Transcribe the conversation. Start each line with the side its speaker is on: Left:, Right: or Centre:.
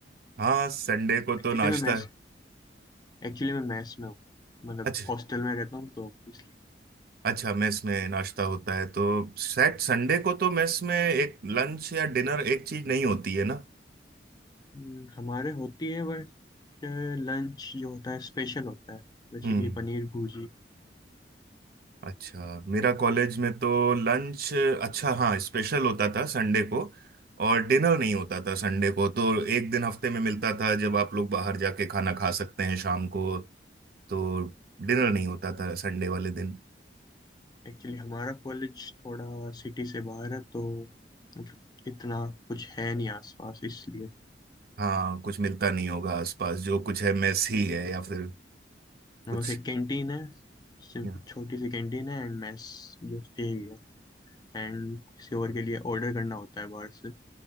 Right: हाँ संडे को तो
Left: एक्चुअली
Right: नाश्ता
Left: मैं मैस एक्चुअली मैं मैस में हूँ मतलब
Right: अच्छा
Left: हॉस्टल में रहता हूँ तो इसलिए
Right: अच्छा मेस में नाश्ता होता है तो सैट संडे को तो मेस में एक लंच या डिनर एक चीज नहीं होती है ना
Left: हम्म, हमारे होती है बस लंच जो होता है स्पेशल होता है बेसिकली
Right: हम्म
Left: पनीर भुर्जी
Right: अच्छा मेरा कॉलेज में तो लंच अच्छा हाँ स्पेशल होता था संडे को और डिनर नहीं होता था संडे को तो एक दिन हफ्ते में मिलता था जब आप लोग बाहर जाके खाना खा सकते हैं शाम को तो डिनर नहीं होता था संडे वाले दिन
Left: एक्चुअली हमारा कॉलेज थोड़ा सिटी से बाहर है तो मतलब इतना कुछ है नहीं आसपास इसलिए
Right: हाँ कुछ मिलता नहीं होगा आसपास जो कुछ है मेस ही है या फिर कुछ
Left: बस एक कैंटीन है सिम-
Right: या-
Left: छोटी सी कैंटीन है एंड मेस जस्ट यही है एंड किसी और के लिए ऑर्डर करना होता है बाहर से